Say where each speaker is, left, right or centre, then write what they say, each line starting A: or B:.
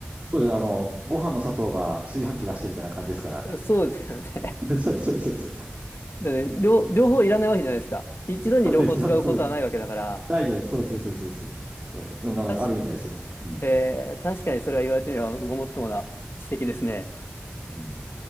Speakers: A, on the right; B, on the left.
A: そうです。あの、ご飯の砂糖が炊飯器出してみたいな感じですから。
B: そうですよね。
A: <laughs> そうそうそうそう。
B: <laughs> だって両、両方いらないわけじゃないですか。一度に両方使うことはないわけだから。
A: そうです、そうです、そうです。ないじゃないです。そうそうそうそうそう。うん。でもなんかあるみたいですよ。
B: 確か、
A: うん。
B: えー確かにそれは言われてみればごもっともな指摘ですね。
A: うん。